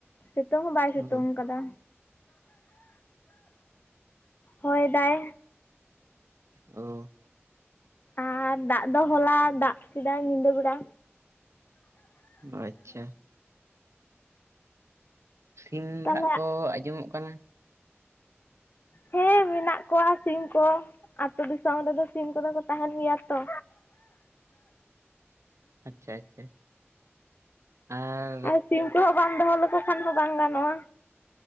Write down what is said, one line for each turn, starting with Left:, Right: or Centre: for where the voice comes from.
Left: ᱥᱤᱛᱩᱝ ᱦᱚᱸ ᱵᱟᱭ ᱥᱤᱛᱩᱝ
Right: ᱳ
Left: ᱠᱟᱫᱟ। ᱦᱳᱭ ᱫᱟᱭ
Right: ᱚ
Left: ᱟᱨ ᱫᱟᱜ ᱫᱚ ᱦᱚᱞᱟ ᱫᱟᱜ ᱠᱮᱫᱟᱭ ᱧᱤᱫᱟᱹ ᱵᱮᱲᱟ।
Right: ᱟᱪᱪᱷᱟ ᱥᱤᱢ
Left: ᱛᱟᱦᱚᱞᱮ
Right: ᱨᱟᱜ ᱠᱚ ᱟᱸᱡᱚᱢᱚᱜ ᱠᱟᱱᱟ।
Left: ᱦᱮᱸ ᱢᱮᱱᱟᱜ ᱠᱚᱣᱟ ᱥᱤᱢ ᱠᱚ ᱟᱛᱳ ᱫᱤᱥᱚᱢ ᱨᱮᱫᱚ ᱥᱤᱢ ᱠᱚᱫᱚ ᱠᱚ ᱛᱟᱦᱮᱱ ᱜᱮᱭᱟ ᱛᱚ।
Right: ᱟᱪᱪᱷᱟ ᱟᱪᱪᱷᱟ ᱟᱨ ᱼᱼ
Left: ᱟᱨ ᱥᱤᱢ ᱠᱚᱦᱚᱸ ᱵᱟᱢ ᱫᱚᱦᱚ ᱞᱮᱠᱚ ᱠᱷᱟᱱ ᱦᱚᱸ ᱵᱟᱝ ᱜᱟᱱᱚᱜᱼᱟ।